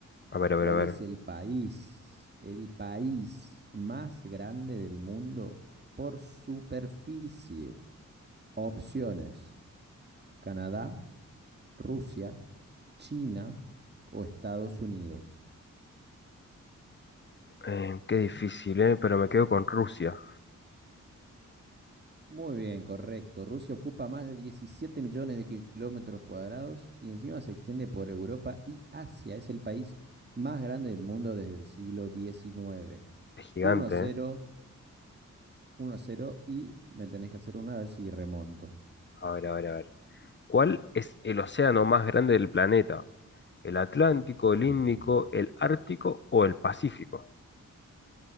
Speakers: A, on the left; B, on the right.
A: A ver, a
B: ¿Cuál
A: ver, a ver.
B: es el país, el país más grande del mundo por superficie? Opciones: Canadá, Rusia, China o Estados Unidos.
A: Eh, qué difícil, ¿eh? Pero me quedo con Rusia.
B: Muy bien, correcto. Rusia ocupa más de diecisiete millones de kilómetros cuadrados y encima se extiende por Europa y Asia. Es el país más grande del mundo desde el siglo XIX.
A: Es gigante,
B: Uno a cero,
A: ¿eh?
B: uno a cero y me tenés que hacer una a ver si remonto.
A: A ver, a ver, a ver. ¿Cuál es el océano más grande del planeta? ¿El Atlántico, el
B: Ujú.
A: Índico, el Ártico o el Pacífico?